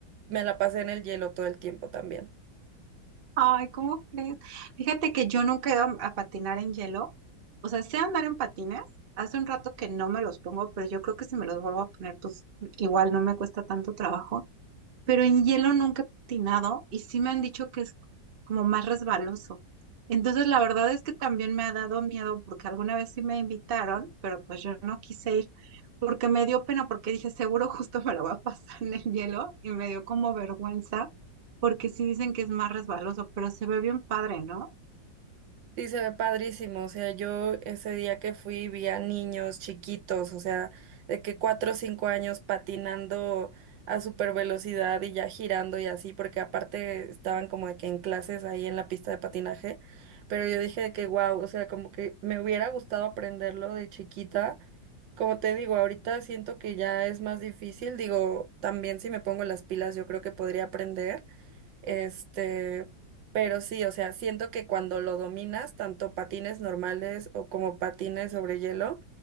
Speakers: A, on the right; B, on the right.
A: me la pasé en el hielo todo el tiempo también.
B: Ay, ¿cómo crees? Fíjate que yo nunca he ido a patinar en hielo. O sea, sé andar en patines. Hace un rato que no me los pongo, pero yo creo que si me los vuelvo a poner, pues igual no me cuesta tanto trabajo pero en hielo nunca he patinado y sí me han dicho que es como más resbaloso. Entonces, la verdad es que también me ha dado miedo porque alguna vez sí me invitaron, pero pues yo no quise ir porque me dio pena porque dije, seguro justo me lo va a pasar en el hielo y me dio como vergüenza porque sí dicen que es más resbaloso, pero se ve bien padre, ¿no?
A: Sí, se ve padrísimo. O sea, yo ese día que fui vi a niños chiquitos, o sea, de que cuatro o cinco años patinando a super velocidad y ya girando y así, porque aparte estaban como de que en clases ahí en la pista de patinaje. Pero yo dije de que wow, o sea, como que me hubiera gustado aprenderlo de chiquita. Como te digo, ahorita siento que ya es más difícil. Digo, también si me pongo las pilas, yo creo que podría aprender. Este, pero sí, o sea, siento que cuando lo dominas, tanto patines normales o como patines sobre hielo,